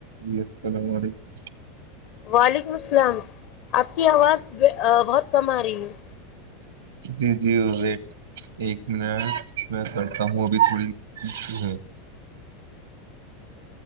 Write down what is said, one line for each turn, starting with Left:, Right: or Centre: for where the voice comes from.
Right: جی السلام علیکم <unintelligible>
Left: وعلیکم السلام آپ کی آواز بہت کم آ رہی ہے <inaudible>
Right: جی جی ویٹ ایک منٹ میں کرتا ہوں ابھی تھوڑی ہے